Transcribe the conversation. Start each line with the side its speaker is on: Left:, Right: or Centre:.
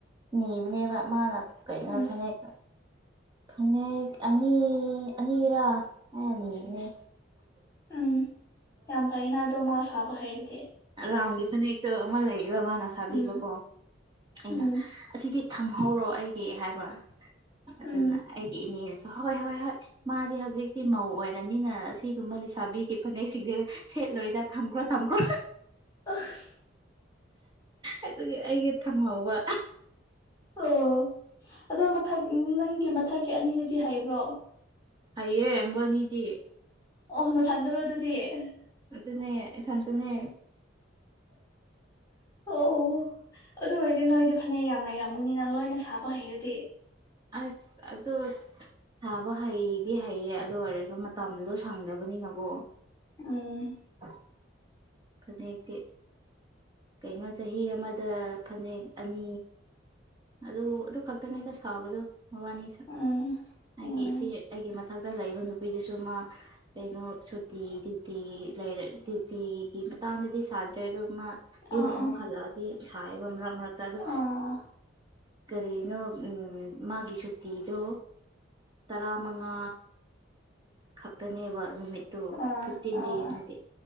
Right: ꯅꯤꯕꯅꯦꯕ ꯃꯥꯅ ꯀꯩꯅꯣ
Left: ꯎꯝ
Right: ꯐꯅꯦꯛ꯫ ꯐꯅꯦꯛ ꯑꯅꯤ ꯑꯅꯤꯔꯥ ꯑꯩꯅ ꯅꯤꯕꯅꯦ
Left: ꯎꯝ ꯌꯥꯝ ꯐꯩꯅꯥ ꯑꯗꯨ ꯃꯥ ꯁꯥꯕ ꯍꯥꯏꯔꯗꯤ
Right: ꯔꯥꯝꯒꯤ ꯐꯅꯦꯛꯇꯣ ꯑꯃ ꯂꯩꯕ ꯃꯥꯅ ꯁꯥꯕꯤꯕꯀꯣ
Left: ꯎꯝ
Right: ꯑꯩꯅ
Left: ꯎꯝ
Right: ꯑꯁꯤꯗꯤ ꯊꯝꯍꯧꯔꯣ ꯑꯩꯒꯤ ꯍꯥꯏꯕ
Left: ꯎꯝ
Right: ꯑꯗꯨꯅ ꯑꯩꯒꯤ ꯏꯅꯦꯅꯁꯨ ꯍꯣꯏ ꯍꯣꯏ ꯍꯣꯏ ꯃꯥꯗꯤ ꯍꯧꯖꯤꯛꯇꯤ ꯃꯧ ꯑꯣꯏꯔꯅꯤꯅ ꯑꯁꯤꯒꯨꯝꯕ ꯂꯩꯁꯥꯕꯤꯒꯤ ꯐꯅꯦꯛꯁꯤꯡꯁꯦ ꯁꯦꯠꯂꯣꯏꯗ ꯊꯝꯈ꯭ꯔꯣ ꯊꯝꯈ꯭ꯔꯣ
Left: ꯑ <unintelligible>
Right: ꯑꯗꯨꯒꯤ ꯑꯩꯒ ꯊꯝꯍꯧꯕ
Left: ꯑꯣ ꯑꯗꯣ ꯃꯊꯛ ꯅꯪꯒꯤ ꯃꯊꯛꯀꯤ ꯑꯅꯤꯗꯨꯗꯤ ꯍꯩꯕ꯭ꯔꯣ
Right: ꯍꯩꯌꯦ ꯃꯣꯢꯕꯥꯟꯅꯤꯗꯤ
Left: ꯑꯣ ꯅꯊꯥꯟꯇꯔꯣ ꯑꯗꯨꯗꯤ ꯑꯗꯨꯗꯤ
Right: ꯑꯗꯨꯅꯦ ꯏꯊꯟꯇꯅꯦ
Left: ꯑꯣ ꯑꯗꯨ ꯑꯣꯏꯔꯗꯤ ꯅꯣꯏꯗꯤ ꯐꯅꯦꯛ ꯌꯥꯝ ꯂꯩꯔꯝꯒꯅꯤꯅ ꯂꯣꯏꯅ ꯁꯥꯕ ꯍꯩꯔꯗꯤ
Right: ꯑꯁ ꯑꯗꯨ ꯁꯥꯕ ꯍꯩꯗꯤ ꯍꯩꯌꯦ ꯑꯗꯨ ꯑꯣꯏꯔꯁꯨ ꯃꯇꯝꯗꯣ ꯁꯪꯗꯕꯅꯤꯅꯀꯣ
Left: ꯎꯝ
Right: ꯑ <inaudible> ꯐꯅꯦꯛꯇꯤ ꯀꯩꯅꯣ ꯆꯍꯤ ꯑꯃꯗ ꯐꯅꯦꯛ ꯑꯅꯤ ꯑꯗꯨ ꯑꯗꯨ ꯈꯛꯇꯅꯤꯗ ꯁꯥꯕꯗꯣ ꯃꯕꯥꯅꯤꯁꯨ
Left: ꯎꯝ
Right: ꯑꯩꯒꯤ
Left: ꯎꯝ
Right: ꯏꯆꯦ ꯑꯩꯒꯤ ꯃꯊꯛꯇ ꯂꯩꯕ ꯅꯨꯄꯤꯗꯨꯁꯨ ꯃꯥ ꯀꯩꯅꯣ ꯁꯨꯇꯤ ꯗ꯭ꯌꯨꯇꯤ ꯂꯩꯔ ꯗ꯭ꯌꯨꯇꯤ ꯒꯤ ꯃꯇꯥꯡꯗꯗꯤ ꯁꯥꯗ꯭ꯔꯦ ꯑꯗꯨ ꯃꯥ ꯌꯨꯝ
Left: ꯑꯥ
Right: ꯑꯃꯨꯛ
Left: ꯑꯥ
Right: ꯍꯜꯂꯛꯑꯗꯤ ꯁꯥꯏꯑꯦꯕ ꯃꯔꯛ ꯃꯔꯛꯇ ꯑꯗꯨ
Left: ꯑꯥ
Right: ꯀꯔꯤꯅꯣ ꯎꯝ ꯃꯥꯒꯤ ꯁꯨꯇꯤꯗꯣ ꯇꯔꯥꯃꯉꯥ ꯈꯛꯇꯅꯦꯕ ꯅꯨꯃꯤꯠ ꯇꫭ
Left: ꯑꯥ
Right: ꯐꯤꯐꯇꯤꯟ
Left: ꯑꯥ
Right: ꯗꯦꯖꯅꯗꯤ
Left: ꯑꯥ